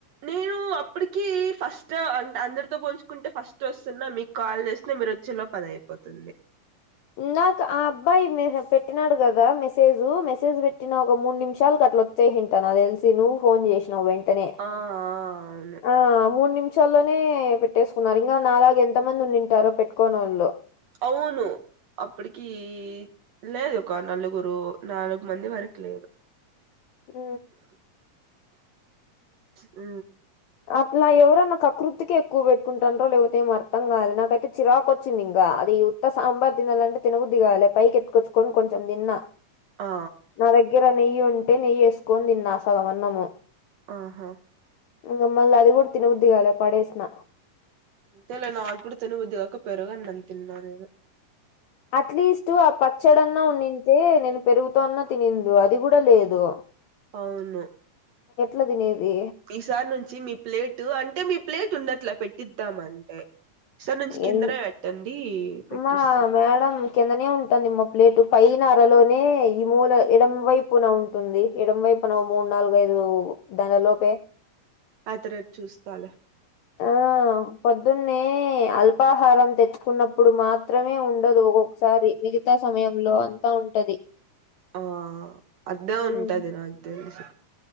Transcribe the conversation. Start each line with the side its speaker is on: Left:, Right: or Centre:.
Right: నేను అప్పటికి ఫస్ట్ అంటే అందరితో పోల్చుకుంటే ఫస్ట్ వస్తున్నా మీకు కాల్ చేసిన మీరు వచ్చేలోపల అయిపో పోతుంది
Left: నాకు ఆ అబ్బాయి మె పెట్టినాడు కదా మెసేజ్ మెసేజ్ పెట్టిన ఒక మూడు నిమిషాలు అట్లా వ్ హంటా నాక్ తెలిసి నువ్వు ఫోన్ చేసినావ్ వెంటనే
Right: ఆ అవును
Left: ఆ మూడు నిమిషాల్లోనే పెట్టేసుకున్నారు ఇంకా నాలాగు ఎంత మంది ఉండింటారో పెట్టుకోని వాళ్ళు
Right: అవును అప్పడికీ లేదు ఇంకో నలుగురు నాలుగు మంది వరకు లేదు
Left: ఉ
Right: ఉ
Left: అట్లా ఎవరైనా కక్కుర్తి కిఎక్కువ పెట్టుకుంటాంరా లేకపోతే ఏం అర్థం కాలేదు నాకైతే చిరాకు వచ్చింది ఇంకా అది అత్త సాంబార్ తినాలంటే తినబుద్దీగాలే పైకి ఎతుకొచ్చుకొని కొంచెం తిన్న
Right: ఆ
Left: నా దగ్గర నెయ్యి ఉంటే నెయ్యి వేసుకొని తిన్నా సగమన్నము
Right: ఆహా
Left: ఇంకా మళ్ళీ అది కూడా తినబుద్ది గాలే పడేసిన
Right: అంతేలే నాకు కూడా తినబద్దుగాక పెరుగన్నం తిన్నా నేను
Left: అట్లీస్ట్ ఆ పచ్చడ అన్నా ఉండింటే నేను పెరుగుతో అన్నా తినిందు అది కూడా లేదు
Right: అవును
Left: ఎట్లా తినేది
Right: ఈసారి నుంచి మీ ప్లేట్ అంటే మీ ప్లేట్ ఉన్నట్లా పెట్టిద్దాం అంటే ఈ సార్ నుంచి కిందనే
Left: ఎన్
Right: పెట్టండి పెట్టిస్తాం
Left: మా మేడం కిందనే ఉంటుంది మ ప్లేటు పైన అరలోనే ఈ మూల ఎడం వైపున ఉం ఉంటుంది ఎడం వైపు న ఓ మూడు నాలుగు ఐదు దనిలోపే
Right: అది రేపు చూస్తాలే
Left: ఆ పొద్దున్నే అల్పాహారం తెచ్చుకున్నప్పుడు మాత్ మాత్రమే ఉండదు ఒక్కొక్కసారి మిగతా సమయంలో అంతా ఉంటది
Right: ఆ అద్దే
Left: ఉమ్.
Right: ఉంటాదే నాకు తెలిసి